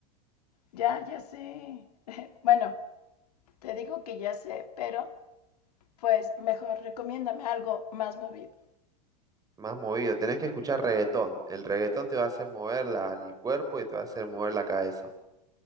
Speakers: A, on the left (about 80°); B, on the right (about 20°).
A: Ya, ya sé. <laughs> bueno, te digo que ya sé, pero pues mejor recomiéndame algo más movido.
B: Más movido, tenés que escuchar reggaetón. El reggaetón te va a hacer mover la- el cuerpo y te va a hacer mover la cabeza.